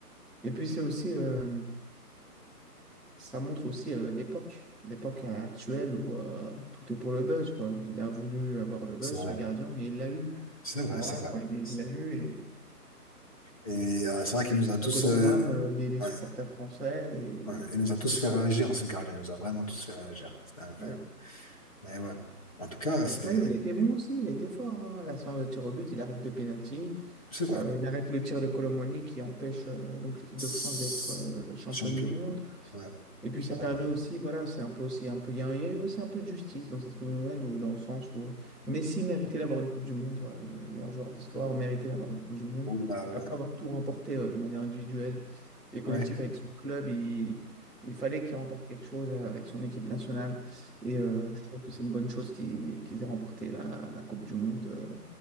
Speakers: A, in the centre; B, on the left (about 20°).
A: Et puis, c'est aussi. euh, ça montre aussi euh, l'époque, l'époque actuelle où euh, tout est pour le buzz, quoi. Il a voulu avoir le buzz,
B: vrai,
A: ce gardien, et il l'a eu.
B: c'est vrai,
A: Voilà,
B: c'est vrai.
A: quoi, il
B: C'est
A: l'a
B: vrai.
A: eu, et
B: Et euh, c'est vrai qu'il nous a tous.
A: grande
B: euh,
A: dame euh, des, des
B: Ouais,
A: supporters français. Et...
B: ouais. Il nous a tous fait réagir, hein, ce gardien. Il nous a vraiment tous fait réagir. C'était incroyable.
A: oui.
B: Mais ouais. En tout cas,
A: Après,
B: c'était.
A: il était bon aussi, il était fort. hein. La séance de tir au but, il arrête deux pénaltys.
B: C'est vrai.
A: Euh, il arrête le tir de Colomoni qui empêche euh, donc l'équipe
B: C'est-
A: de France d'être euh, championne
B: Champion.
A: du monde.
B: Ouais,
A: Et puis
B: c'est
A: ça
B: vrai.
A: permet aussi, voilà, c'est un peu aussi un peu, il y a, il y a aussi un peu de justice dans cette Coupe du Monde, ou dans le sens où euh, Messi méritait d'avoir une Coupe du Monde, voilà, le meilleur joueur d'histoire méritait d'avoir une Coupe du Monde.
B: Bon, bah ouais.
A: Après avoir tout remporté euh, de manière individuelle et collective
B: Ouais,
A: avec son club, il, il fallait qu'il remporte quelque chose euh, avec son équipe nationale. Et euh, je trouve que c'est une bonne chose qu'il- qu'ils aient remporté la, la Coupe du Monde euh,